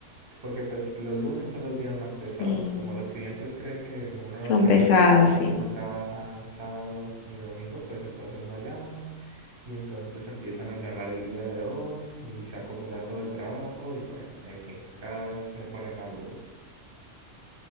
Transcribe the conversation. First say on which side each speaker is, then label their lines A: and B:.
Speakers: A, on the right; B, on the left.
A: porque pues los lunes son los días más pesados,
B: Sí,
A: como los clientes creen que uno no,
B: son
A: tra-
B: pesados,
A: lo-
B: sí.
A: no trabajan sábado ni domingo, pues entonces no llaman Y entonces empiezan a llamar el día de hoy y se acumula todo el trabajo y bueno, en fin, cada vez se pone más duro.